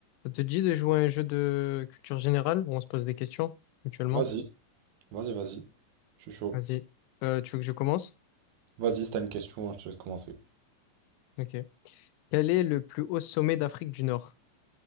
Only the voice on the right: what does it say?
Vas-y, vas-y, vas-y. Je suis chaud.
Vas-y, si t'as une question, hein, je te laisse commencer.